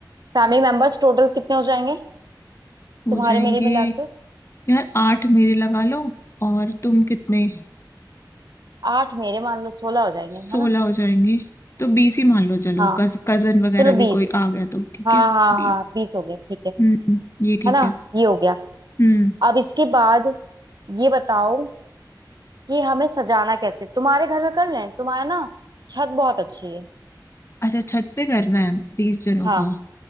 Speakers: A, on the right; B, on the left.
A: फैमिली मेंबर्स टोटल कितने हो जाएंगे
B: हो
A: तुम्हारे
B: जाएंगे
A: मेरे मिला
B: यार आठ मेरे लगा लो और तुम कितने
A: आठ मेरे मान लो सोलह हो जाएंगे
B: सोलह
A: है ना
B: हो जाएंगे तो बीस ही मान लो चलो
A: हाँ
B: कज, कजन वगैरह
A: चलो
B: भी
A: बीस
B: कोई आ गया तो ठीक
A: हाँ
B: है
A: हाँ
B: बीस
A: हाँ बीस हो गए ठीक है
B: हम्म ये ठीक
A: है ना
B: है
A: ये हो गया
B: हम्म
A: अब इसके बाद ये बताओ कि हमें सजाना कैसे तुम्हारे घर में कर लें तुम्हारे ना छत बहुत अच्छी है
B: अच्छा छत पे करना है बीस जनों
A: हाँ
B: का